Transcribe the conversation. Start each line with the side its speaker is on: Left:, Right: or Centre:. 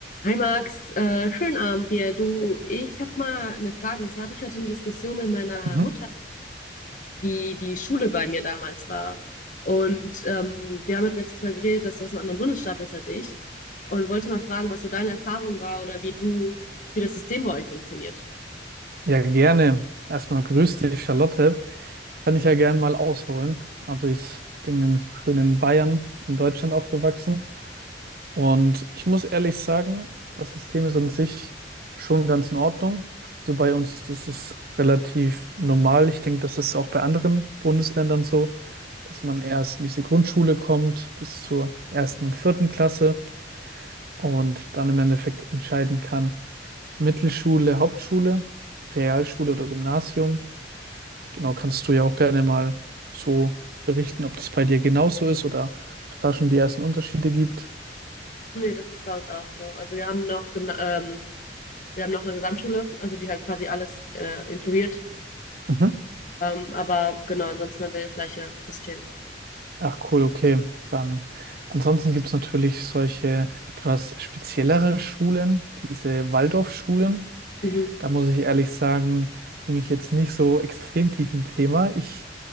Left: Hi Max, äh, schönen Abend dir. Du, ich habe mal eine Frage. Und zwar hatte ich heute eine Diskussion mit meiner
Right: Mhm.
Left: Mutter, wie die Schule bei mir damals war. Und ähm, wir haben halt jetzt mal geredet, dass du aus einem anderen Bundesstaat bist als ich. Und wollte mal fragen, was so deine Erfahrung war oder wie du, wie das System bei euch funktioniert.
Right: Ja, gerne. Erstmal grüß dich, Charlotte. Kann ich ja gerne mal ausholen. Also ich bin im schönen Bayern in Deutschland aufgewachsen und ich muss ehrlich sagen, das System ist an sich schon ganz in Ordnung. Also bei uns ist es relativ normal. Ich denke, das ist auch bei anderen Bundesländern so, dass man erst in diese Grundschule kommt bis zur ersten und vierten Klasse und dann im Endeffekt entscheiden kann. Mittelschule, Hauptschule, Realschule oder Gymnasium. Genau, kannst du ja auch gerne mal so berichten, ob das bei dir genauso ist oder ob es da schon die ersten Unterschiede gibt.
Left: Nee, das ist bei uns auch so. Also wir haben noch Gymna ähm, wir haben noch eine Gesamtschule, also die halt quasi alles äh, inkludiert.
Right: Mhm.
Left: Ähm, aber genau, ansonsten haben wir das gleiche System.
Right: Ach cool, okay. Dann ansonsten gibt es natürlich solche etwas speziellere Schulen, diese Waldorfschulen.
Left: Mhm.
Right: Da muss ich ehrlich sagen, bin ich jetzt nicht so extrem tief im Thema. Ich